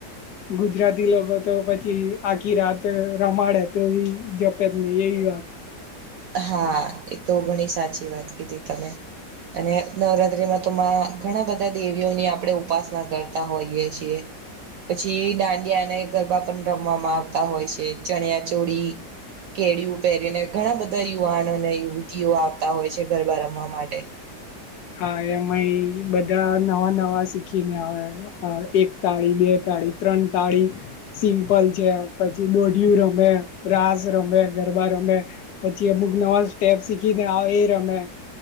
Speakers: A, on the left; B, on the right.
A: ગુજરાતી લોકો તો પછી આખી રાત રમાડે તો એ જપે જ નહી એવી વાત.
B: હા એ તો ઘણી સાચી વાત. દીધી તમે અને નવરાત્રીમાં તો ઘણા બધા દેવીઓની આપડે ઉપાસના કર કરતા હોઈએ છીએ. પછી દાંડિયા અને ગરબા પણ રમવામાં આવતા હોય છે ચણિયા ચોળ કેળું પહેરીને ઘણા બધા યુવાનો અને યુવતીઓ આવતા હોય છે ગરબા રમવા માટે.
A: હા એમાંય બધા નવા નવા શીખીને આવે. અ એક તાળી બે તાળી ત્રણ તાળી સિમ્પલ છે પછી દોઢિયું રમે રાસ રમે ગરબા રમે પછી અમુક નવા સ્ટેપ શીખીને આવ એ રમે.